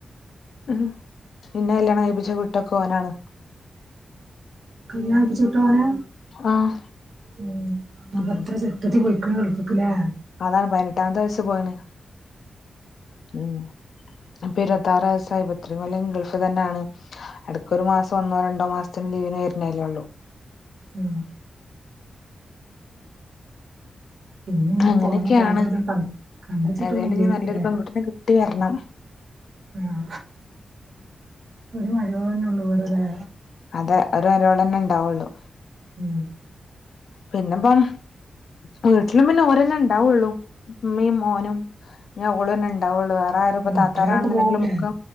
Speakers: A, on the left; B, on the right.
A: ഉം ഇന്നെ കല്ല്യാണം കയ്പ്പിച്ച് വിട്ടൊക്കെ ഓനാണ്.
B: കല്യാണം കഴിപ്പിച്ച് വിട്ടത് ഓനാ?
A: ആഹ്
B: ഉം അപ്പെത്ര
A: ഉം
B: ചെർപ്പത്തി പോയിക്ക്ണ് ഗൾഫ്ക്ക് ലേ?
A: അതാണ് പതിനെട്ടാമത്തെ വയസ്സ് പോയീണ്. ഉം ഇപ്പൊ ഇരുവത്താറ് വയസ്സായ് ഇപ്പത്രിം കൊല്ലം ഗൾഫ് തന്നാണ്. എടക്കൊരു മാസം ഒന്നോ രണ്ടോ മാസത്തിന് ലീവിന് വെര്നല്ലേ ഒള്ളു.
B: ഉം. പിന്നെ ഇനിയിപ്പോ
A: അങ്ങനെക്കെയാണ്
B: ഓനെ വേറെതേം ക കണ്ടച്ചിട്ടൊന്നും
A: ഏതായാലും
B: ഇല്ലേര്ക്കുലേ
A: ഇഞ്ഞി നല്ലൊരു പെൺകുട്ടിനെ കിട്ടി വെര്ണം.
B: ഉം ഒരു മരോളെന്നെ ഒള്ളു ഇവടലെ?
A: അതെ ഒര് മരോളെന്നെ ഇണ്ടാവൊള്ളൂ.
B: ഉം.
A: പിന്നെപ്പം വീട്ട്ലും പിന്നെ ഓരന്നെ ഇണ്ടാവൊള്ളു ഇമ്മീം മോനും. പിന്നെ ഓളും തന്നെണ്ടാവൊള്ളൂ വേറെ ആരും ഇപ്പം
B: ആഹ്
A: താത്താരാണ്ന്ന്
B: മറ്റോലൊക്കെ
A: ഇണ്ടെങ്കിലും
B: പോവൂലേ
A: ഒക്കെ